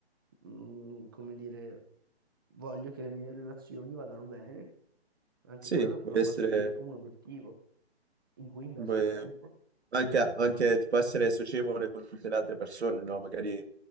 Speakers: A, on the right; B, on the right.
A: mm, come dire, voglio che le mie relazioni vadano bene, anche
B: Sì,
A: quello
B: può
A: lo
B: essere...
A: posso dire come un obiettivo in cui investo
B: Beh,
A: tempo.
B: anche, anche tipo essere socievole con tutte le altre persone, no? Magari